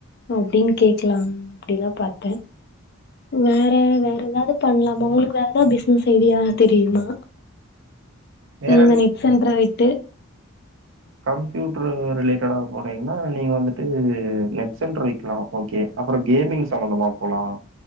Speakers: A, on the left; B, on the right.
A: அப்டின் கேக்லா அப்டிதா பாத்த வேற வேற ஏதாவ்து பண்லாமா உங்ளுக்கு வேற ஏதாவ்து பிசினஸ் ஐடியா தெரியுமா
B: வேற
A: இந்த நெட் சென்ட்ற விட்டு
B: கம்ப்யூட்ரு ரிலேட்டடா போனீங்னா நீங்க வந்துட்டு நெட் சென்ட்ரு வக்கிலா ஓகே அப்றோ கேமிங் சம்பந்தமா போலா